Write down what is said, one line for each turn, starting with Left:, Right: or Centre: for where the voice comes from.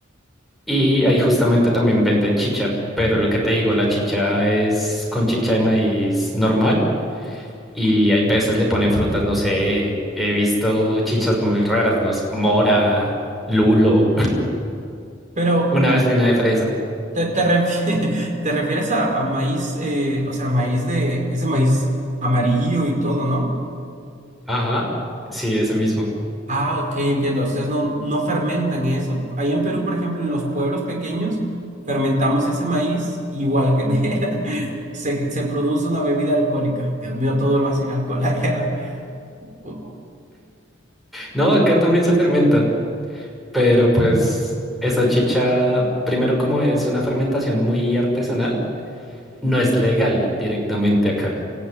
Centre: Y ahí justamente también venden chicha, pero lo que te digo, la chicha es con chicha de maíz normal y hay veces le ponen frutas, no sé, he visto chichas muy raras, no sé, mora, lulo, <laughs>
Right: Pero
Centre: una vez vi una de fresa.
Right: ¿Te, te refie- <laughs> te refieres a, a maíz, eh, o sea, maíz de ese maíz amarillo y todo, ¿no?
Centre: Ajá, sí, ese mismo.
Right: Ah, ok, entiendo. Ustedes no, no fermentan eso. Ahí en Perú, por ejemplo, en los pueblos pequeños, fermentamos ese maíz, igual genera, <laughs> se, se produce una bebida alcohólica. Dios mío, todo lo hacen alcohol allá. <laughs> Oh,
Centre: No, acá también se fermenta. pero pues esa chicha, primero como es una fermentación muy artesanal, no es legal directamente acá.